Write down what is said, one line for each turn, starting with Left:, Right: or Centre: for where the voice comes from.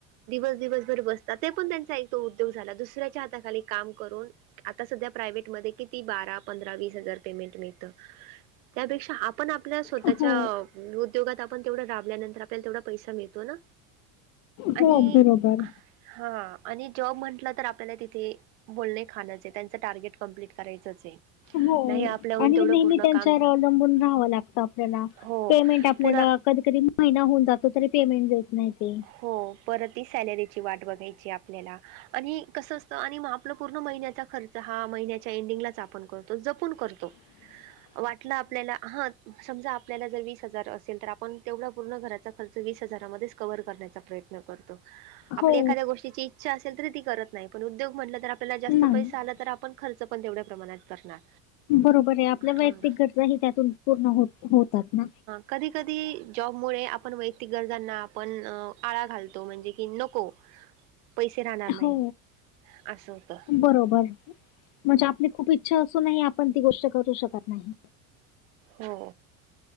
Right: दिवस दिवस घर बसतात ते पण त्यांचा एक तो उद्योग झाला दुसऱ्याच्या हाताखाली काम करून आता सध्या प्रायवहेटमध्ये किती बारा पंधरा वीस हजार पेमेंट मिळत त्यापेक्षा आपण आपल्या स्वतःच्या
Left: हो,
Right: उद्योगात आपण तेवढ राबल्यानंतर आपल्याला तेवढा पैसा मिळतो ना
Left: हो
Right: आणि
Left: बरोबर.
Right: हा आणि जॉब म्हटलं तर आपल्याला तिथे बोलणे खाणच आहे त्यांच टार्गेट कम्प्लीट करायचंच आहे
Left: हो
Right: नाही आपल्याहून
Left: आणि
Right: तेवढं
Left: नेहमी
Right: पूर्ण
Left: त्यांच्यावर
Right: काम झा
Left: अवलंबून राहावं लागतं आपल्याला
Right: हो
Left: पेमेंट आपल्याला
Right: पुन्हा
Left: कधी कधी महिना होऊन जातो तरी पेमेंट देत नाही ते
Right: हो परतही सॅलरीची वाट बघायची आपल्याला आणि कसं असतं आणि म आपलं पूर्ण महिन्याचा खर्च हा महिन्याच्या एंडिंगलाच आपण करतो जपून करतो
Left: <inaudible>
Right: वाटल आपल्याला हा समजा आपल्याला जर वीस हजार असेल तर आपण तेवढ पूर्ण घरात खर्च विस हजारामधेच कण्याचा प्रयत्न करतो
Left: हो
Right: आपल्या एखाद्या गोष्टीची तसअसेल तर ती करत नाही पण उद्योग म्हटल तर आप त्याला
Left: नाही
Right: जास्त पैसा आला तर आपण खर्च पण तेवढ्या प्रमाणात करणार
Left: बरोबर आहे आपल्या वैयक्तिक
Right: हां.
Left: गरजा ही त्यातून पूर्ण हो होतात ना
Right: कधी कधी जॉबमुळे आपण वैयक्तिक गरजांना पण आळा घालतो म्हणजे की नको पैसे राहणार नाही
Left: हो
Right: असं होतं
Left: बरोबर म्हणजे आपले खूप इ इच्छा असूनही आपण ती गोष्ट करू शकत नाही.
Right: हो